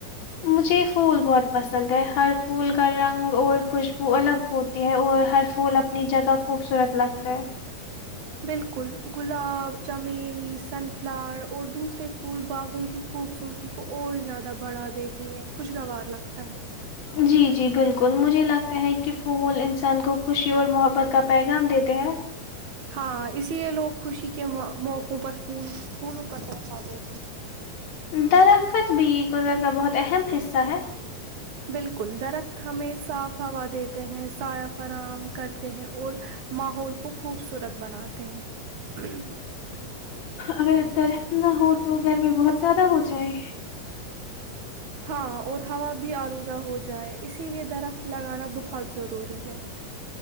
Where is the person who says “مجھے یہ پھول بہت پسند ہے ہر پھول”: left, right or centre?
Left